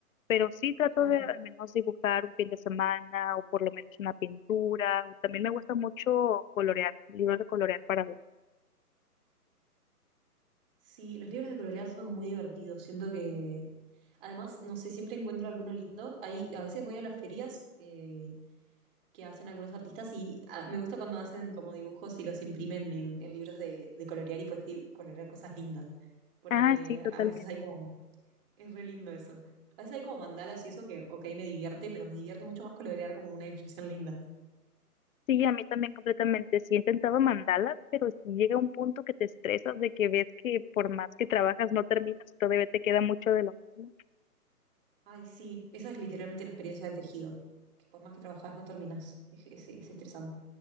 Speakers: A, on the left; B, on the right.
A: pero sí trato
B: Claro.
A: de al menos dibujar un fin de semana o por lo menos una pintura. O también me gusta mucho colorear, libros de colorear para adultos.
B: Sí, los libros de colorear son muy divertidos. Siento que, además, no sé, siempre encuentro alguno lindo. Ahí, a veces voy a las ferias que, que hacen algunos artistas y ah, me gusta cuando hacen como dibujos y los imprimen en, en libros de, de colorear y pues sí, colorear cosas lindas. Porque
A: Ah, sí, totalmente.
B: a veces hay como Es re lindo eso. A veces hay como mandalas y eso que, ok, me divierte, pero me divierte mucho más colorear como una ilustración linda.
A: Sí, a mí también completamente. Sí, he intentado mandalas, pero si llega un punto que te estresas de que ves que por más que trabajas no terminas, todavía te queda mucho de lo mismo.
B: Ay, sí, esa es literalmente la experiencia del tejido, que por más que trabajás no terminás. Es, es- es estresante.